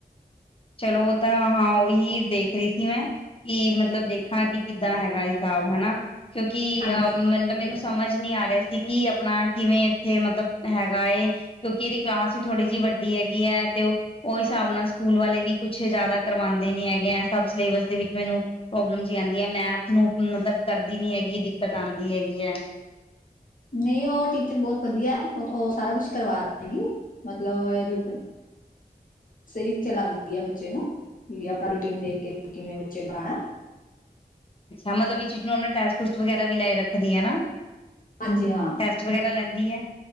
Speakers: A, on the left; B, on the left.
A: ਚਲੋ ਤਾਂ ਹਾਂ ਉਹੀ ਦੇਖ ਰਹੀ ਸੀ ਮੈਂ ਕਿ ਮਤਲਬ ਦੇਖਾਂ ਕਿ ਕਿੱਦਾਂ ਹੈਗਾ ਹਿਸਾਬ ਹਨਾ ਹ ਕਿਉਂਕਿ
B: ਹਾਂਜੀ
A: ਅਹ ਮਤਲਬ ਮੈਨੂੰ ਸਮਝ ਨਹੀਂ ਆ ਰਿਹਾ ਕੀ ਆਪਣਾ ਕਿਵੇਂ ਇੱਥੇ ਮਤਲਬ ਹੈਗਾ ਕਿਉਂਕਿ ਇਹਦੀ ਕਲਾਸ ਵੀ ਥੋੜੀ ਜਿਹੀ ਵੱਡੀ ਹੈਗੀ ਹੈ ਤੇ ਉਹ ਉਹ ਹਿਸਾਬ ਨਾਲ ਸਕੂਲ ਵਾਲੇ ਵੀ ਕੁਛ ਜਿਆਦਾ ਕਰਵਾਉਂਦੇ ਨੀ ਹੈਗੇ ਹੈ ਸਭ ਸਿਲੇਬਸ ਦੇ ਵਿੱਚ ਮੈਨੂੰ ਪ੍ਰੋਬਲਮ ਆਉਂਦੀ ਹੈ ਮੈਥ ਨੂੰ ਮਤਲਬ ਕਰਦੀ ਨੀ ਹੈਗੀ ਦਿੱਕਤ ਆਉਂਦੀ ਹੈਗੀ ਹੈ
B: ਨਹੀਂ ਉਹ ਟੀਚਰ ਬਹੁਤ ਵਧੀਆ ਉਹ ਉਹ ਸਾਰਾ ਕੁਛ ਕਰਵਾ ਦੇਗੀ ਮਤਲਬ ਸਹੀ ਚਲਾਉਂਦੀ ਹੈ ਬੱਚੇ ਨੂੰ ਵੀ ਆਪਣਾ ਰੂਟੀਨ ਦੇਖ ਕੇ ਕਿਵੇਂ ਬੱਚੇ ਨੂੰ ਆਉਣਾ
A: ਅੱਛਾ ਮਤਲਬ ਚੀਜ਼ ਨੂੰ ਟੈਸ ਟੂਸ ਵਗੈਰਾ ਵੀ ਲੈ ਰੱਖਿਆ ਦੀ ਨਾ
B: ਹਾਂਜੀ ਹਾਂ
A: ਟੈਸਟ ਵਗੈਰਾ ਲੈਂਦੀ ਹੈ